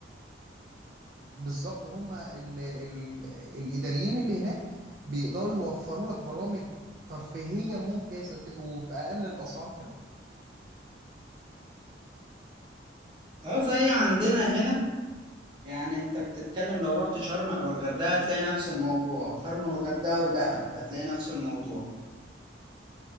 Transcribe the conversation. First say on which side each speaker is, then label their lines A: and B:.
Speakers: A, on the right; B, on the right.
A: بالظبط هم ال ال الإداريين اللي هناك بيقدروا يوفروا لك برامج ترفيهية ممتازة ت- وبأقل الأسعار كمان
B: اه زي عندنا هنا يعني انت بتتكلم لو رحت شرم او الغردقة هتلاقي نفس الموضوع شرم الغردقة ودهب هتلاقي نفس الموضوع